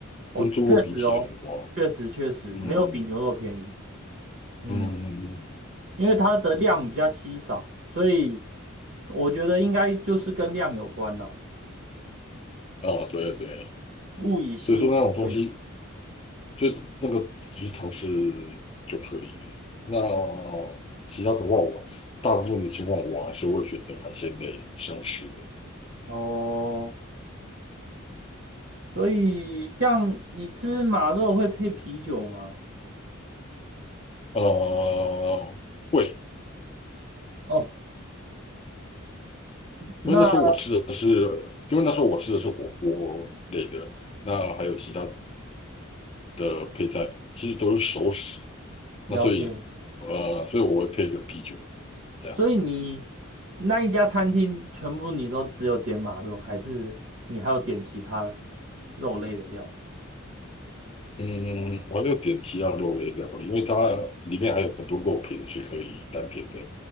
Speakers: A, on the right; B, on the left.
A: 哦，
B: 跟猪肉比起来的话，
A: 确实哦，确实确实没有比牛肉便宜。
B: 嗯嗯
A: 嗯。
B: 嗯嗯嗯，
A: 因为它的量比较稀少，所以我觉得应该就是跟量有关啦。
B: 啊，对对，
A: 物以稀为贵。
B: 所以说那种东西所以那个只是尝试就可以了。那其他的话我，大部分的情况我还是会选择海鲜类生吃的。
A: 哦，所以像你吃马肉会配啤酒吗？
B: 呃，会，
A: 哦，那
B: 因为那时候我吃的是，因为那时候我吃的是火锅类的，那还有其他的配菜，其实都是熟食。那所以，
A: 了解。
B: 呃，所以我会配一个啤酒，这样。
A: 所以你那一家餐厅全部你都只有点马肉，还是你还有点其他肉类的料理
B: 嗯，我还有点其他肉类料理，因为它里面还有很多肉品是可以单点的。